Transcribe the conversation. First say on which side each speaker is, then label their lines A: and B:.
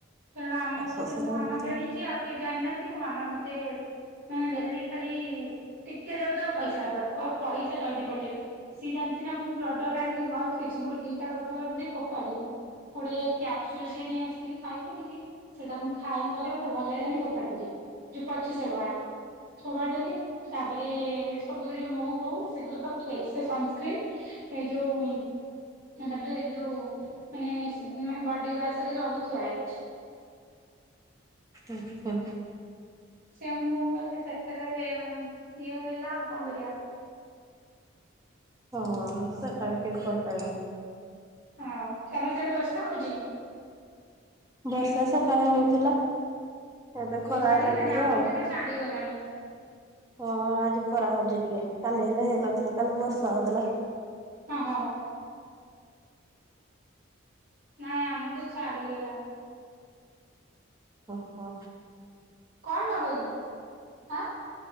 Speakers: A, on the right; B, on the right.
A: କାରଣ ଆମ
B: ଶାଶୁ
A: ଘରେ
B: ଶଶୁର
A: ମୋ ମାମା
B: ହୁଁ
A: ଜାଣିଛି ଆଉ କେହି ଜାଣିନାହାନ୍ତି ମୋ ମାମା ମୋତେ ମାନେ ଡେଲି ଖାଲି ଟିକେ ଯାଉ ଥିବ ପଇସା କ ପଇସା ଜଲଦି ପଠେଇବେ। ସିଏ ଜାଣିଛି ନା ମୁଁ ପ୍ରଡକ୍ଟ ଆଣିକି ଘରେ ଥୋଇଛି ମୋର ଦିଟା ପ୍ରଡକ୍ଟ ଏମିତି ଫୋପାଡିଲି। କୋଡ଼ିଏ କ୍ୟାପସ୍ ତ ନେଇ ଆସିଥିଲି ଖାଇବି ବୋଲିକି ସେଇଟା ମୁଁ ଖାଇଲି ଥରେ ମତେ ଭଲ ଲାଗିଲାନି ଫୋପାଡି ଦେଲି। ଯୋଉ ପଚିଶହ ଟଙ୍କା ଫୋପାଡ ଦେଲି ସା ତାପରେ ସବୁ ସେ ଯୋଉ ମହୁ ଫୋହୁ ସେଗୂରା ସବୁ ଥୁଆହେଇଛି ସନସ୍କ୍ରିନ୍ ଏ ଯୋଉ ତାପରେ ଯୋଉ ମାନେ ବଡି ୱାସ ହେରୀକା ସବୁ ଥୁଆ ହେଇଚି।
B: ଆଛା।
A: ସେୟା ମୁଁ କହିଲି ସେଥିରେ ଇଏ ହେଲା ଆଉ କଣ କରିବା।
B: ହଁ ସେଟା ବି କିଏ କହିପାରିବ।
A: ହଁ ତମ ସେଇଠ ବର୍ଷା ହଉଛି?
B: ବର୍ଷା ସକାଳେ ହଉଥିଲା ଏବେ ଖରା
A: ଛାଡିଗଲାଣି
B: ହେଲାଣି ଟିକେ
A: ଆମର
B: ଆଉ।
A: ଏବେ ଛାଡିଗଲାଣି
B: ହଁ ଆଜି ଖରା ହଉଛି ଟିକେ କାଲି ହେଲେ ହେଇନଥିଲା କାଲି ବର୍ଷା ହଉଥିଲା।
A: ଅ ହ। ନାଇଁ ଆମର ଛାଡିଗଲାଣି।
B: ଓହୋ
A: କଣ ନବ ଆଁ